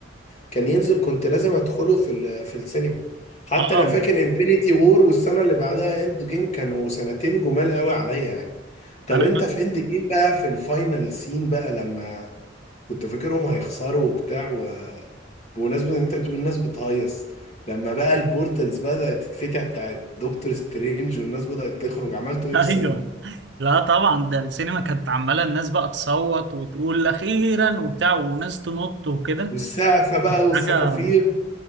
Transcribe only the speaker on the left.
كان ينزل كنت لازم ادخله في ال- في السينما حتى
انا فاكر انفينيتي وور والسنه اللي بعدها اند جيم كانوا سنتين جمال قوي عليا يعني طب
انت
في اند جيم بقى في الفاينل سين بقى لما كنت فاكرهم هيخسروا وبتاع و- بمناسبة ان انت بتقول الناس بتهيص لما بقى البورتلز بدأت تتفتح بتاعت دكتور سترينج والناس بدأت تخرج عملتوا ايه
في السينما
والسقفة بقى والصفافير